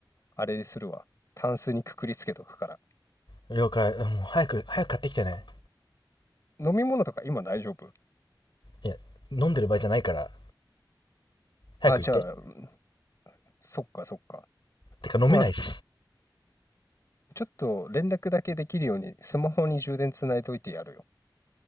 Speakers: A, on the left; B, on the left.
A: あれにするわ。タンスにくくりつけとくから。
B: 了解うんもう早く早く買ってきてね
A: 飲み物とか今大丈夫
B: いや飲んでる場合じゃないから、早く行って。
A: あ、じゃあ、うんそっかそっか。
B: てか飲めないし。
A: まあ、ちょっと連絡だけできるようにスマホに充電つないおいてやるよ。